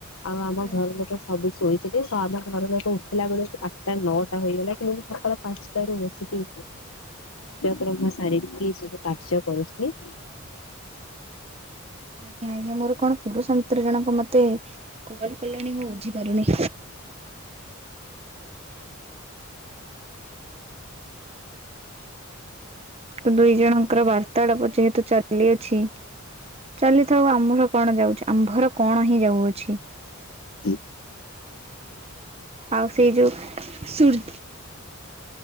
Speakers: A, on the left; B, on the right.
A: ଆଉ ଆମ
B: ଆଜ୍ଞା
A: ଘର ଲୋକ ସବୁ ଶୋଇଥିଲେ ଆମ ଘର ଯାକ ଉଠିଲା ବେଳକୁ ଆଠଟା ନଅଟା ହୋଇଗଲା କିନ୍ତୁ ମୁଁ ସକାଳ ପାଞ୍ଚଟାରୁ ବସିକି
B: <inaudible>
A: ପ୍ରମ ସାରିକି ସବୁ କାର୍ଯ୍ୟ କରୁଥି
B: ଆଜ୍ଞା ଆଜ୍ଞା ମୋର କଣ ପୁରୁଷ ମିତ୍ର ଜଣକ ମତେ କଲ କଲେଣି ମୁଁ ବୁଝିପାରୁନି ତ ଦୁଇ ଜଣଙ୍କର ବାର୍ତାଳାପ ଯେହେତୁ ଚାଲିଅଛି। ଚାଲିଥାଉ ଆମ୍ଭର କଣ ଯାଉଛି ଆମ୍ଭର କଣ ହିଁ ଯାଉଅଛି?
A: ହୁଁ।
B: ଆଉ ସେଇ ଯୋଉ ସୁର୍